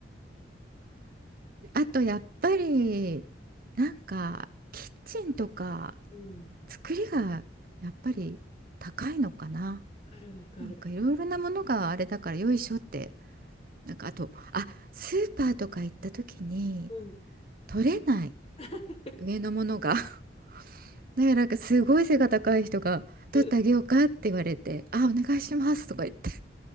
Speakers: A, on the right; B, on the left.
A: あとやっぱりなんかキッチンとか
B: うん。わ
A: 作りがやっぱり高いのかな。
B: かるわかる。
A: なんかいろいろなものがあれだからよいしょって。なんかあと、あ、スーパーとか行った時に
B: うん。
A: 取れない
B: <laughs>
A: 上のものが <laughs>。だからなんかすごい背が高い人が取ってあげようかって言われて、
B: うん。
A: あ、お願いしますとか言って、